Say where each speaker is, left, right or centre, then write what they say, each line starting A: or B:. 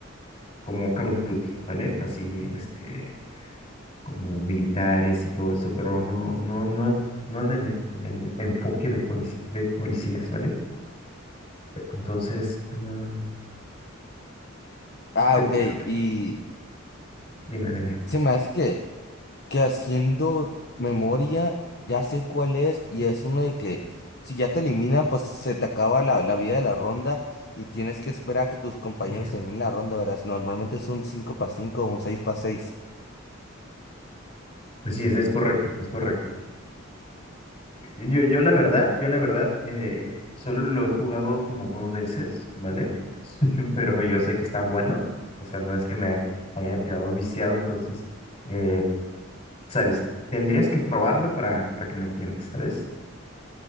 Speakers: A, on the left; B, on the left.
A: como Call of Duty, ¿vale? Así, este, como militares y todo eso, pero no, no, no, no en el, en el enfoque de polic- de policías, ¿vale? Entonces, mm,
B: Ah,
A: ¿qué-
B: ok.
A: qué otra?
B: Y
A: Dime, dime.
B: se me hace que que haciendo memoria ya sé cuál es y es uno de que si ya te eliminan, pues se te acaba la, la vida de la ronda y tienes que esperar a que tus compañeros
A: <laughs>
B: terminen la ronda, ¿verdad? Normalmente es un 5 para 5 o un 6 para 6.
A: Sí, es es correcto, es correcto. Yo, yo la verdad, yo la verdad, eh, solo lo he jugado como dos veces, ¿vale? <laughs> Pero yo sé que está bueno, o sea, no es que me haya quedado viciado, entonces, eh, ¿sabes? Tendrías que probarlo para, para que me entiendas, ¿sabes?